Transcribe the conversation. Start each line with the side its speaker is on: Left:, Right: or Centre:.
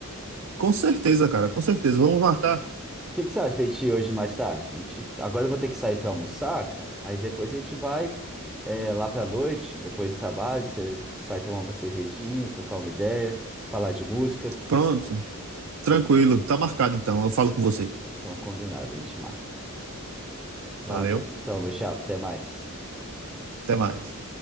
Right: com certeza, cara, com certeza. Vamos marcar.
Centre: que que você acha da gente ir hoje mais tarde? A gente, agora eu vou ter que sair pra almoçar, cara. Aí depois a gente vai é, lá pra noite, depois do trabalho, você sai tomar uma cervejinha, trocar uma ideia, falar de música.
Right: Pronto,
Centre: O que que você acha?
Right: tranquilo. Tá marcado então. Eu falo com você.
Centre: Então, combinado, a gente marca. Valeu,
Right: Valeu.
Centre: então, meu chapa, até mais.
Right: Até mais.